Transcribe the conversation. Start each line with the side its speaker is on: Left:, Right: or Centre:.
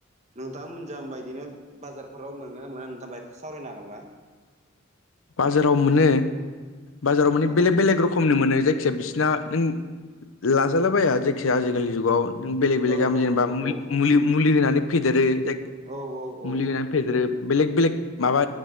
Right: नोंथाङा मोनजा हमबा बिदिनो बाजारफोराव मोनगोन ना मोना नोंथाङा बाय सावरायनो हागोनबा?
Left: बाजाराव मोनो, बाजाराव माने
Right: औ
Left: बेलेक बेलेक रोखमनि मोननाय जायो। जायखिजाया बिसिरना नों लाजाला बाया जायखिजाया आजिखालि जुगाव। नों बेलेग बेलेग
Right: औ औ
Left: जेनेबा
Right: औ औ
Left: मुलि मुलि होनानै फेदेरो। जे
Right: औ औ औ
Left: मुलि होनानै फेदेरो बेलेग बेलेग माबा